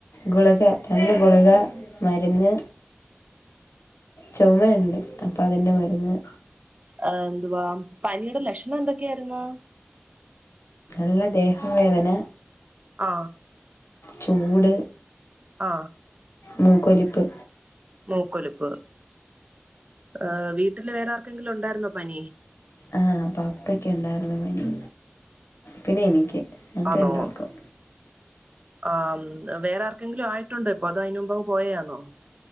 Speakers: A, on the left; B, on the right.
A: ഗുളിക രണ്ട് ഗുളിക മരുന്ന് ചുമയുണ്ട്. അപ്പൊ അതിന്റെ മരുന്ന്.
B: ആ എന്തുവ പനിയുടെ ലക്ഷണം എന്തൊക്കെയായിരുന്നു.
A: നല്ല ദേഹം വേദന.
B: ആ
A: ചൂട്.
B: ആ
A: മൂക്കൊലിപ്പ്.
B: മൂക്കൊലിപ്പ് ആ വീട്ടില് വേറെ ആർക്കെങ്കിലും ഉണ്ടായിരുന്നോ പനി.
A: ആഹ പപ്പക്ക് ഉണ്ടായിരുന്നു പനി പിന്നെ എനിക്ക് ഞങ്ങക്ക്
B: ആണോ
A: രണ്ടാൾക്കും.
B: ആ വേറെ ആർക്കെങ്കിലും ആയിട്ടുണ്ട് ഇപ്പൊ അതോ അയിന് മുമ്പ് അങ്ങ് പോയന്നോ?